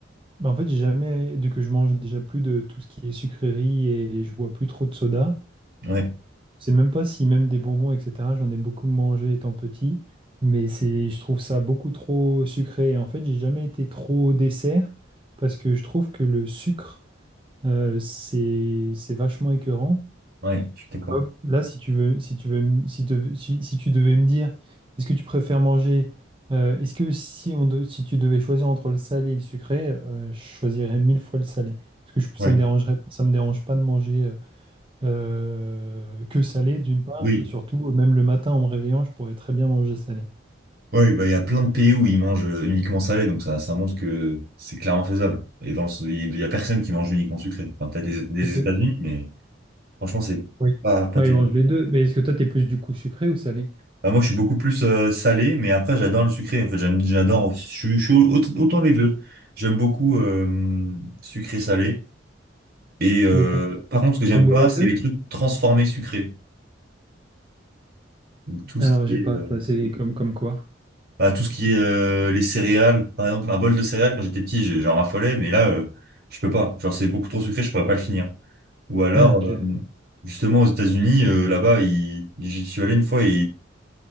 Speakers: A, on the right; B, on the right.
A: bah, en fait j'ai jamais de que je mange déjà plus de tout ce qui est sucrerie et je bois plus trop de soda.
B: Ouais,
A: Je sais même pas si même des bonbons etc. J'en ai beaucoup mangé étant petit, mais c'est je trouve ça beaucoup trop sucré. Et en fait j'ai jamais été trop dessert parce que je trouve que le sucre euh, c'est c'est vachement écœurant
B: ouais, je suis d'accord.
A: vois, Là, si tu veux, si tu veux, si, te- si, si tu devais me dire, est-ce que tu préfères manger, euh, est-ce que si on de- si tu devais choisir entre le salé et le sucré, euh, je choisirais mille fois le salé. Parce que je-
B: oui
A: ça me dérangerait, ça me dérange pas de manger euh, euh, que salé d'une part,
B: Oui,
A: et surtout, même le matin en me réveillant, je pourrais très bien manger salé.
B: ouais, bah, il y a plein de pays où ils mangent euh, uniquement salé, donc ça, ça montre que c'est clairement faisable. Et dans le, il y a personne qui mange uniquement sucré. Enfin, peut-être les, les
A: Parce que,
B: États-Unis, mais franchement, c'est
A: oui,
B: pas, pas
A: bah,
B: terrible.
A: ils mangent les deux, mais est-ce que toi, t'es plus du coup sucré ou salé?
B: Ah, moi, je suis beaucoup plus euh, salé, mais après, j'adore le sucré. En fait, j'aime, j'adore. Je suis, je suis aut- autant les deux. J'aime beaucoup euh, sucré-salé. Et euh,
A: Le com-
B: par
A: le
B: contre, ce que j'aime
A: combo
B: pas,
A: des
B: c'est
A: deux?
B: les trucs transformés sucrés. Donc, tout
A: Alors,
B: ce qui
A: j'ai
B: est,
A: pas,
B: euh,
A: ça, c'est comme, comme quoi?
B: bah, tout ce qui est euh, les céréales. Par exemple, un bol de céréales, quand j'étais petit, j'ai- j'en raffolais, mais là, euh, je peux pas. Genre, c'est beaucoup trop sucré, je pourrais pas le finir. Ou alors,
A: Ah, ok,
B: euh,
A: d'accord.
B: justement, aux États-Unis, euh, là-bas, ils- j'y suis allé une fois et